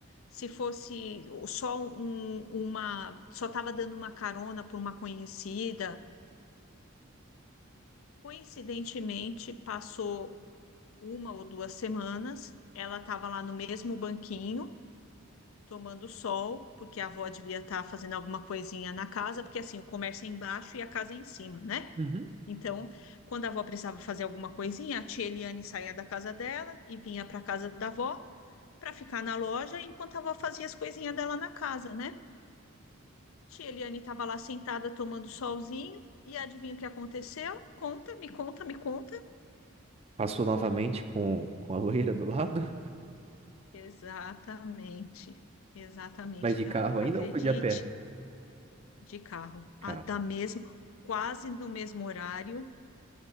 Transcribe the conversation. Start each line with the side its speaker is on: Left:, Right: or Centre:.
Left: Se fosse só um- uma, só estava dando uma carona por uma conhecida, coincidentemente passou uma ou duas semanas, ela estava lá no mesmo banquinho, tomando sol, porque a avó devia estar fazendo alguma coisinha na casa, porque assim, o comércio é embaixo e a casa é em cima, né?
Right: uhum.
Left: Então, quando a avó precisava fazer alguma coisinha, a tia Eliane saía da casa dela e vinha para a casa da avó para ficar na loja enquanto a avó fazia as coisinhas dela na casa, né? Tia Eliane estava lá sentada tomando solzinho e adivinha o que aconteceu? Conta, me conta, me conta.
Right: Passou novamente com, com a loira do lado,
Left: Exatamente, exatamente,
Right: mas de
Left: Gabi.
Right: carro ainda
Left: Acredite,
Right: ou foi de a pé?
Left: de carro,
Right: Carro.
Left: a- da mesma, quase no mesmo horário,